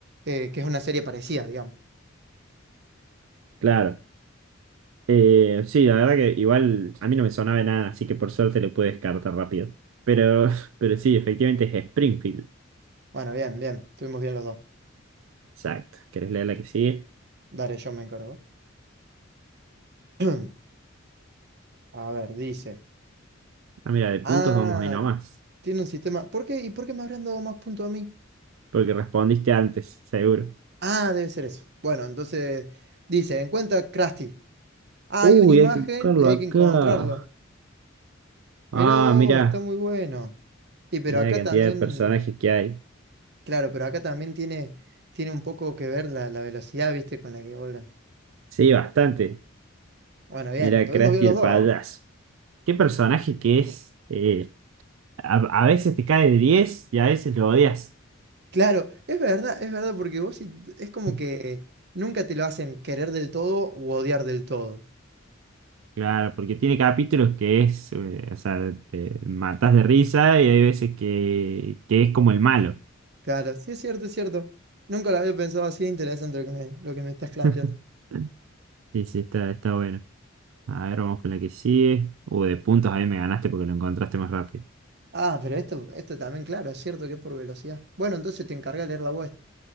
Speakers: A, on the right (about 55°); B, on the right (about 75°).
A: eh, que es una serie parecida, digamos.
B: Claro. Eh, sí, la verdad que igual a mí no me sonaba de nada, así que por suerte lo pude descartar rápido. Pero, <laughs> pero sí, efectivamente es Springfield.
A: Bueno, bien, bien, estuvimos bien los dos.
B: Exacto. ¿Querés leer la que sigue?
A: Dale, yo me encargo. <clears throat> A ver, dice.
B: Ah, mira, de puntos
A: Ah,
B: vamos ahí nomás.
A: tiene un sistema. ¿Por qué? ¿Y por qué me habrán dado más puntos a mí?
B: Porque respondiste antes, seguro.
A: Ah, debe ser eso. Bueno, entonces dice, encuentra Krusty. Hay
B: Uy,
A: una imagen
B: hay que buscarlo
A: y hay
B: acá.
A: que encontrarlo.
B: Ah,
A: Mirá vos,
B: mira,
A: está muy bueno. Y pero
B: mira
A: acá
B: la cantidad
A: también,
B: de personajes que hay.
A: claro, pero acá también tiene, tiene un poco que ver la, la velocidad, ¿viste? Con la que vos... la-
B: Sí, bastante.
A: Bueno, bien,
B: Mira,
A: tuvimos
B: Krusty
A: bien los
B: el
A: dos.
B: payaso.
A: ¿eh?
B: Qué personaje que es. Eh, a, a veces te cae de 10 y a veces lo odias.
A: Claro, es verdad, es verdad, porque vos sí- es como
B: <laughs>
A: que nunca te lo hacen querer del todo u odiar del todo.
B: Claro, porque tiene capítulos que es, eh, o sea, te matas de risa y hay veces que, que es como el malo.
A: Claro, sí es cierto, es cierto. Nunca lo había pensado así, interesante lo que me, lo que me estás
B: <laughs>
A: planteando.
B: Sí, sí, está, está bueno. A ver, vamos con la que sigue. Uh, de puntos ahí me ganaste porque lo encontraste más rápido.
A: Ah, pero esto, esto también, claro, es cierto que es por velocidad. Bueno, entonces te encarga de leer la voz